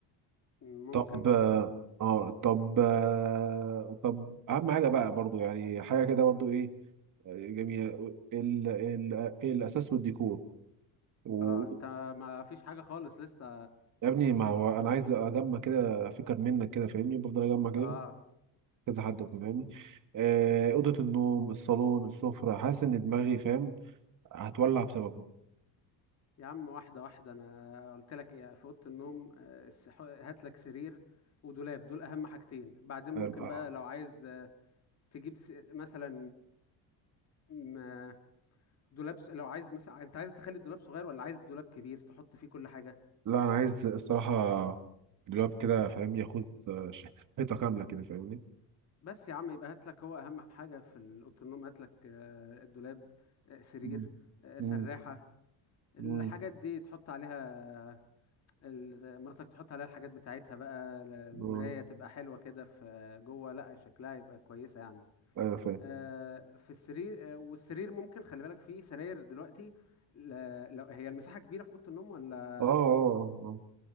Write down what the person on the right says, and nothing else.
طب
اه طب آه، طب اهم حاجه بقى برضو يعني حاجه كده برضو ايه آه، جميله ال ال الاساس والديكور و
يا ابني ما هو انا عايز اجمع كده فكر منك كده فاهمني بفضل اجمع كده
كذا حد فاهمني آه، اوضه النوم الصالون السفره حاسس ان دماغي فاهم هتولع بسببه
آه،
لا انا عايز الصراحه دلوقتي كده فاهم ياخد آه، حيطه كامله كده فاهمني
مم.
مم.
مم.
آه.
ايوه فاهم
اه اه اه